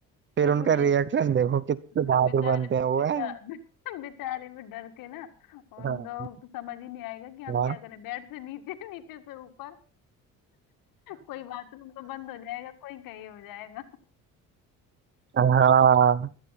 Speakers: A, on the right (about 35°); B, on the left (about 75°).
A: फिर
B: फिर
A: उनका
B: वो डर
A: रिएक्शन देखो कितने
B: फिर
A: बहादुर
B: बेचारे
A: बनते हैं वो
B: बेचारे
A: है
B: <laughs> बेचारे वो डर के ना उनका
A: हाँ
B: वो समझ ही नहीं आएगा कि हम
A: हाँ
B: क्या करें बेड से नीचे <laughs> नीचे से ऊपर कोई बाथरूम तो बंद हो जाएगा कोई कहीं हो जाएगा
A: हाँ